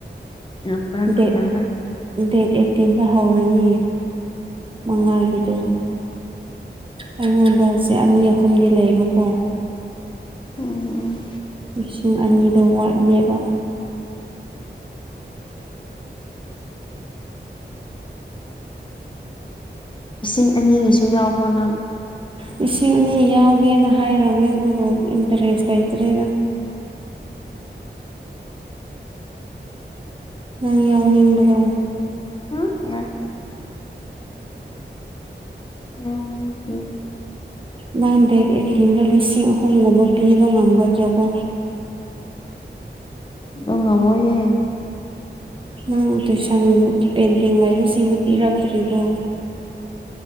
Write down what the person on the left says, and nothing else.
ꯉꯝꯕ꯭ꯔꯥ ꯉꯝꯗꯕ꯭ꯔꯥ꯫
ꯎꯝ
ꯂꯤꯁꯤꯡ ꯑꯅꯤꯒꯤꯁꯨ ꯌꯥꯎꯕ꯭ꯔꯣ ꯅꯪ꯫
ꯎꯝ ꯌꯥꯔꯦ ꯌꯥꯎꯅꯤꯡꯗꯦ
ꯕ ꯉꯃꯣꯏꯍꯦ꯫